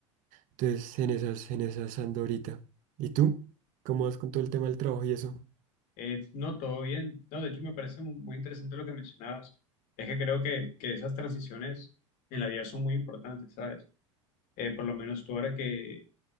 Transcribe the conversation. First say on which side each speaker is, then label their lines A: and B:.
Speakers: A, on the right (about 55°); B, on the left (about 55°).
A: Entonces, en esas, en esas ando ahorita. ¿Y tú? ¿Cómo vas con todo el tema del trabajo y eso?
B: Eh, no, todo bien. No, de hecho me parece mu- muy interesante lo que mencionabas. Es que creo que, que esas transiciones en la vida son muy importantes, ¿sabes? Eh, por lo menos tú ahora que,